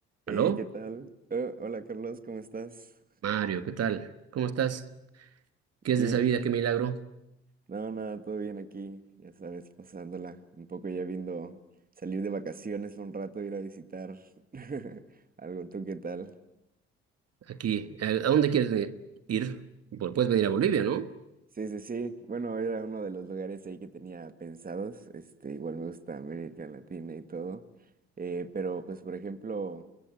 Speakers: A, on the right; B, on the right.
A: Hey,
B: Aló,
A: ¿qué tal? Oh, hola Carlos, ¿cómo estás?
B: Mario, ¿qué tal? ¿Cómo estás? ¿Qué es
A: Bien,
B: de esa vida? ¿Qué milagro?
A: no, nada, todo bien aquí, ya sabes, pasándola un poco ya viendo salir de vacaciones un rato, ir a visitar <laughs> algo, ¿tú qué tal?
B: Aquí, ¿a a dónde quieres venir? ir? Bu- Puedes venir a Bolivia, ¿no?
A: Sí, sí, sí, bueno, era uno de los lugares ahí que tenía pensados, este, igual me gusta América Latina y todo, eh, pero pues por ejemplo,